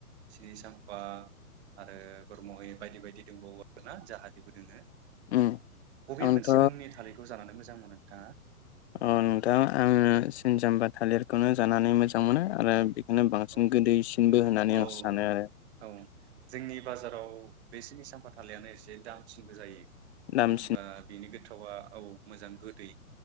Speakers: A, on the right; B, on the left.
A: सिनि साम्पा आरो गुरमहै बायदि बायदि दंबावो आ ना जाहादिबो दङ।
B: उम
A: बबे
B: आंथ'
A: मोनसे मुंनि थालिरखौ जानानै मोजां मोजां मोनो नोंथाङा।
B: अ नोंथां आङो सिनि साम्पा थालिरखौनो जानानै मोजां मोनो आरो बेखौनो बांसिन
A: औ
B: गोदैसिनबो होननानै
A: औ
B: आं सानो आरो
A: औ जोंनि बाजाराव बे सिनि साम्पा थालिरानो एसे दामसिनबो जायो। मानो
B: दामसिन
A: होनबा बेनि गोथावा औ मोजां गोदै